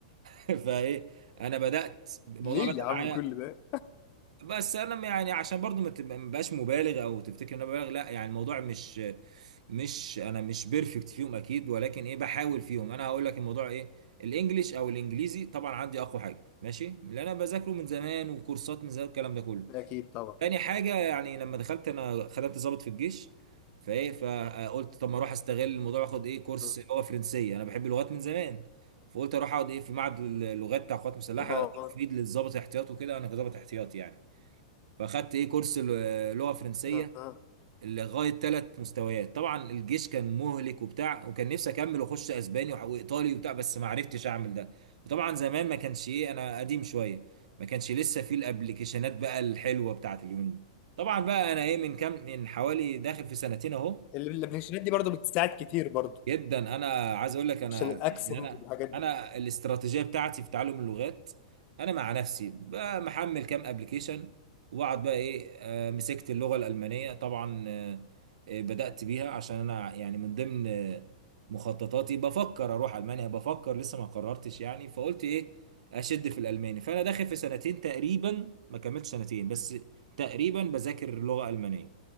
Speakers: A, on the right (about 75°); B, on the left (about 35°).
A: <laughs> فايه انا بدات الموضوع
B: ليه
A: بدا
B: يا عم
A: معايا
B: كل ده
A: بس انا يعني عشان برضو ما تبقى- ما بقاش مبالغ او تفتكر ان انا ببالغ لا يعني الموضوع مش مش انا مش بيرفكت فيهم اكيد ولكن ايه بحاول فيهم انا هقول لك الموضوع ايه الانجليش او الانجليزي طبعا عندي اقوى حاجه ماشي اللي انا بذاكره من زمان وكورسات من زمان الكلام ده كله
B: ده اكيد طبعا
A: تاني حاجه يعني لما دخلت انا خدمت ضابط في الجيش فايه فقلت طب ما اروح استغل الموضوع واخد ايه كورس
B: اه
A: اللي هو فرنسيه انا بحب اللغات من زمان فقلت اروح اقعد ايه في معهد اللغات بتاع القوات المسلحه
B: اه
A: تفيد للضابط احتياط وكده انا كضابط احتياط يعني فاخدت ايه كورس ل- لغه فرنسيه
B: آه.
A: لغايه ثلاث مستويات طبعا الجيش كان مهلك وبتاع وكان نفسي اكمل واخش اسباني وح- وايطالي وبتاع بس ما عرفتش اعمل ده وطبعا زمان ما كانش ايه انا قديم شويه ما كانش لسه في الابليكيشنات بقى الحلوه بتاعت اليومين دي طبعا بقى انا ايه من كام من حوالي داخل في سنتين اهو
B: الابلكيشنات دي برضه بتساعد كتير برضه
A: جدا انا عايز اقول لك انا
B: عشان الاكسنت
A: يعني انا
B: والحاجات دي
A: انا الاستراتيجيه بتاعتي في تعلم اللغات انا مع نفسي بقى محمل كام ابلكيشن واقعد بقى ايه آه، مسكت اللغه الالمانيه طبعا آه، آه، بدات بيها عشان انا يعني من ضمن آه، مخططاتي بفكر اروح المانيا بفكر لسه ما قررتش يعني فقلت ايه اشد في الالماني فانا داخل في سنتين تقريبا ما كملتش سنتين بس تقريبا بذاكر لغه المانيه